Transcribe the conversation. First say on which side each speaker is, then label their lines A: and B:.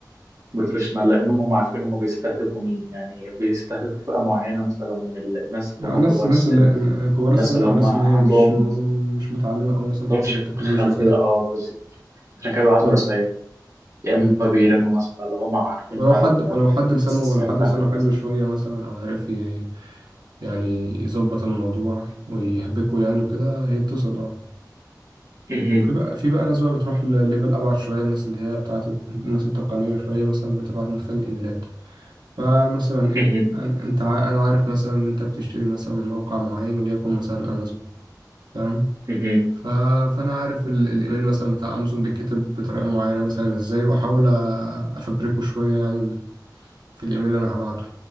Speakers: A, on the right; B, on the right.
A: بروفيشنال لانهم هم عارفين هم بيستهدفوا مين يعني بيستهدفوا فئه معينه مثلا من ال- الناس اللي
B: الناس
A: هم كبار
B: الناس
A: السن
B: اللي كبار
A: الناس
B: السن
A: اللي
B: أو
A: هم
B: الناس
A: عندهم
B: اللي هي مش م- مش متعلمة أو مثلا
A: عندهمش
B: في حكاية التكنولوجيا
A: خلفيه
B: وكده
A: اه بالظبط عشان كده بيبعتوا
B: مم،
A: رسائل يا اما
B: مم.
A: بيرنوا مثلا اللي هم عارفين
B: ولو
A: فعلا
B: حد ولو حد لسانه
A: السن
B: ولو حد
A: بتاعكم
B: لسانه حلو شوية مثلا أو عارف ي- يعني يظبط الموضوع ويحبكه يعني وكده هي بتصل اه
A: مهم.
B: وفي بقى في بقى ناس بقى بتروح لليفل أبعد شوية الناس اللي هي بتاعت الناس التقنية شوية مثلا بتبعت من خلال الإيميلات فمثلا ايه
A: مهم.
B: أن- انت ع- انا عارف مثلا ان انت بتشتري مثلا من موقع معين وليكن مثلا امازون تمام
A: مهم.
B: ف... فانا عارف ال... الايميل مثلا بتاع امازون بيتكتب بطريقه معينه مثلا ازاي واحاول أ- افبركه شويه يعني في الايميل اللي انا هبعته